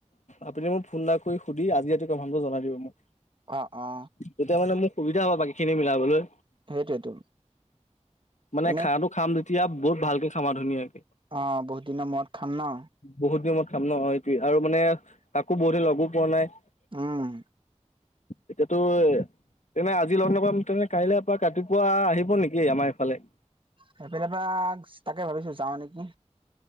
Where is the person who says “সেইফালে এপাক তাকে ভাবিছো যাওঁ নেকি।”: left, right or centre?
Right